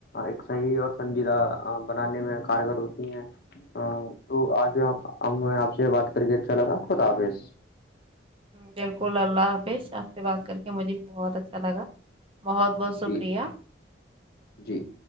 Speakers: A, on the left; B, on the right.
A: ایک صحیح اور سنجیدہ بنانے میں کارگر ہوتی ہیں ہاں تو آج آپ سے بات کر کے اچھا لگا خدا حافظ
B: بالکل اللہ حافظ آپ سے بات کر کے مجھے بھی بہت اچھا لگا بہت بہت شکریہ
A: جی جی